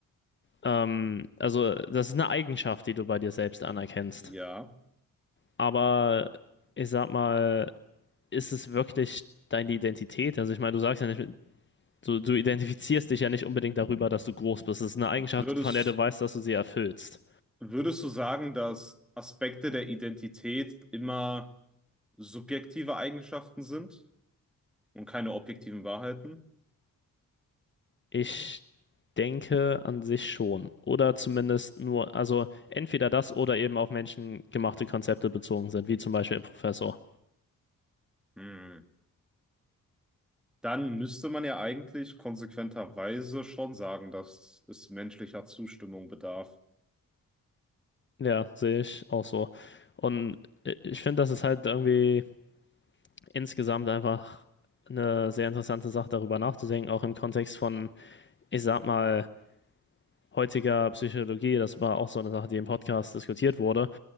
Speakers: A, on the left; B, in the centre.
A: Ähm, also das ist eine Eigenschaft, die du bei dir selbst anerkennst.
B: ja.
A: Aber ich sag mal, ist es wirklich deine Identität? Also ich meine, du sagst ja nicht, du, du identifizierst dich ja nicht unbedingt darüber, dass du groß bist. Es ist eine Eigenschaft,
B: Würdest,
A: von der du weißt, dass du sie erfüllst.
B: würdest du sagen, dass Aspekte der Identität immer subjektive Eigenschaften sind und keine objektiven Wahrheiten?
A: Ich denke an sich schon. Oder zumindest nur, also entweder das oder eben auf menschengemachte Konzepte bezogen sind, wie zum Beispiel Professor.
B: Hm. Dann müsste man ja eigentlich konsequenterweise schon sagen, dass es menschlicher Zustimmung bedarf.
A: Ja, sehe ich auch so. Und ich finde, das ist halt irgendwie insgesamt einfach eine sehr interessante Sache, darüber nachzudenken, auch im Kontext von ich sag mal, heutiger Psychologie, das war auch so eine Sache, die im Podcast diskutiert wurde,